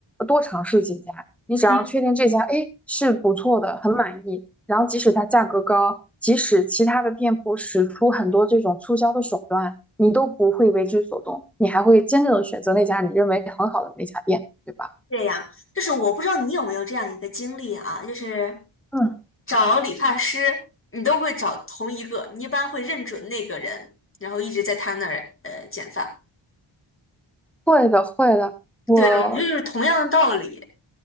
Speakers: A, in the centre; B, on the left.
A: 多尝试几家，你只要确定这家，
B: 嗯，
A: 哎，是不错的，很满意，然后即使它价格高，即使其他的店铺使出很多这种促销的手段，你都不会为之所动，你还会坚定的选择那家你认为很好的那家店，对吧？
B: 这样，就是我不知道你有没有这样一个经历啊，就是
A: 嗯，
B: 找理发师，你都会找同一个，你一般会认准那个人，然后一直在他那儿呃剪发。
A: 会的，会的。我
B: 对，我觉得就是同样的道理，